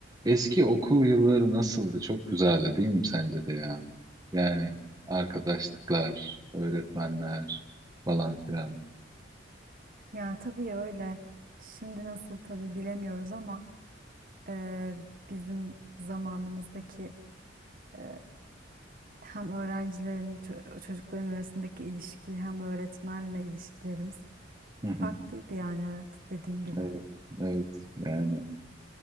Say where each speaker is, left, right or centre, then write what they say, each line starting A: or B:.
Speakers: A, on the right; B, on the right.
A: Eski okul yılları nasıldı? Çok güzeldi değil mi sence de ya? Yani arkadaşlıklar, öğretmenler falan filan.
B: Ya tabii öyle. Şimdi nasıl tabii bilemiyoruz ama e, bizim zamanımızdaki e, hem öğrencilerin, ço- çocukların arasındaki ilişki hem öğretmenle ilişkilerimiz
A: Hı hı.
B: farklıydı yani evet dediğin gibi.
A: Evet, evet. Yani